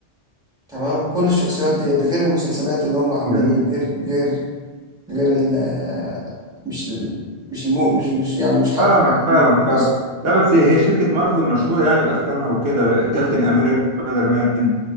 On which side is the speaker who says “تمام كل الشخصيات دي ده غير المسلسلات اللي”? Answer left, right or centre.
Centre